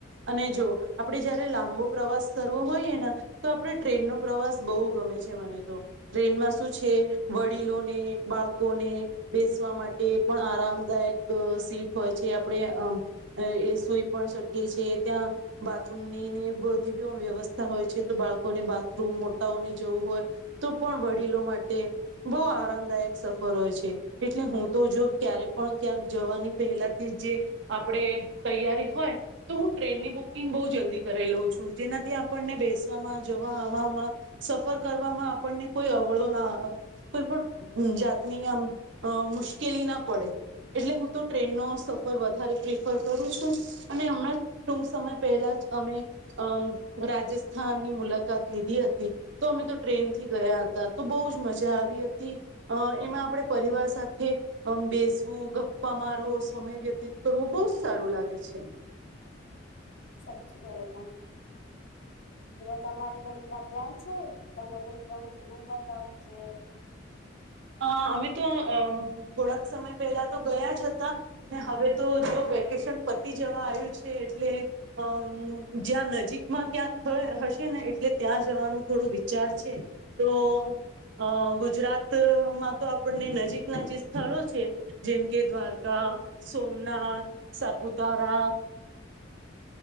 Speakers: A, on the right; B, on the left.
A: અને જો આપડે જયારે લાંબો પ્રવાસ કરવો હોઈએ ને તો આપણે ટ્રેનનોો પ્રવાસ બહુ ગમે છે મને તો ટ્રેનમાં શું છે વડીલોને બાળકોને બેસવા માટે પણ આરામદાયક સીટ હોય છે આપણે અમ એ શુઈ પણ શકીએ છીએ ત્યાં બાથરૂમની બધી વ્યવસ્થા હોય છે તો બાળકોને બાથરૂમ મોટાઓને જવું હોય તો પણ વડીલો માટે બહુ આરામદાયક સફર હોય છે એટલે હું તો જો ક્યારે પણ ક્યાંક જવાની પહેલાથી જે આપડે તૈયારી હોય તો હું ટ્રેનની બુકિંગ બહુ જલ્દી કરાવ લઉં છું જેનાથી આપણને બેસવામાં જવા આવામાં સફર કરવામાં આપણને કોઈ અવળો ના કોઈ પણ જાતની આમ મુશ્કેલી ના પડે એટલે હું તો ટ્રેન નો સફર વધારે પ્રિફર કરું છું અને હમણાં ટૂક સમય પહેલા જ અમે અમ રાજસ્થાનની મુલાકાત લીધી હતી તો અમે તો ટ્રેન થી ગયા હતા તો બહુ જ મજા આવી હતી અ એમાં આપણે પરિવાર સાથે બેસવું ગપ્પા મારવો સમય વ્યતી કરવું બહુ જ સારું લાગે છે
B: સાચચી ગ તને તમારે ક પ્લાન છે તમે તોદમ બીધું મજા આવ છે
A: અ અમે તો થોડાક સમય પહેલા તો ગયા જ હતા ને હવે તો જો વેકેશન પતી જવા આવ્યું છે એટલે અમ જ્યાં નજીકમાં ક્યાંક હશે ને એટલે ત્યાં જવાનું થોડું વિચાર છે તો અ ગુજરાત માં તો આપણને નજીકના જે સ્થળો છે જેમ કે દ્વારકા
B: હમ
A: સોમનાથ સાપુતારા